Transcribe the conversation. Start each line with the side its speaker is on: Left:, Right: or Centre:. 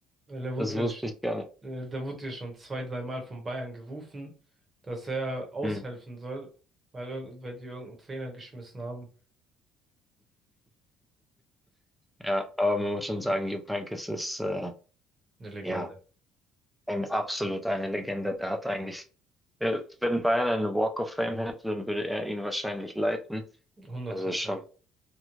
Right: Weil er wurde
Centre: Das wusste
Right: ja, sch-
Centre: ich gar nicht.
Right: äh, da wurde ja schon zwei, dreimal von Bayern gerufen, dass er aushelfen
Centre: Hm.
Right: soll, weil, irgend- weil die irgendeinen Trainer geschmissen haben.
Centre: Ja, aber man muss schon sagen, Jupp Heynckes ist, äh,
Right: Eine Legende.
Centre: ja, Ein absolut eine Legende. Der hat eigentlich, äh, wenn Bayern einen Walk of Fame hätte, dann würde er ihn wahrscheinlich leiten.
Right: hundert
Centre: Also
Right: Prozent.
Centre: schon